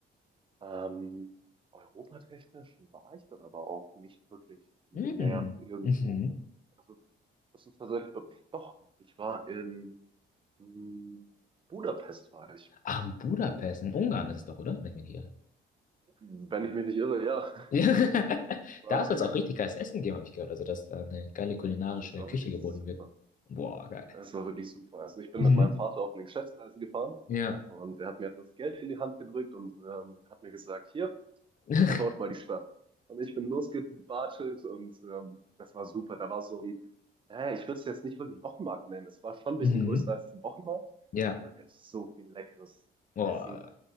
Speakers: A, on the right; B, on the left.
A: Ähm, europatechnisch war ich dann aber auch nicht wirklich mehr
B: mhm,
A: irgendwo.
B: mhm.
A: Also, das ist tatsächlich. so. Doch, ich war in mm, Budapest, war ich.
B: Ah, in Budapest, in Ungarn ist es doch, oder? Nicht mit hier.
A: Wenn ich mich nicht irre, ja. <laughs>
B: <laughs> Ja,
A: War-
B: da soll es auch richtig geiles Essen geben, habe ich gehört. Also, dass da eine geile kulinarische
A: Also, es war
B: Küche
A: wirklich
B: geboten
A: super.
B: wird. Boah, geil.
A: Es war wirklich super. Also ich bin
B: Mhm,
A: mit meinem Vater auf eine Geschäftsreise gefahren
B: ja.
A: und er hat mir etwas Geld in die Hand gedrückt und ähm, hat mir gesagt, hier,
B: <laughs>
A: erforscht mal die Stadt. Und ich bin losgebartelt und ähm, das war super. Da war so ein, äh, ich würde es jetzt nicht wirklich Wochenmarkt nennen. Es war schon ein bisschen
B: Mhm.
A: größer als ein Wochenmarkt,
B: Ja.
A: aber da gab es so viel leckeres
B: Boah.
A: Essen.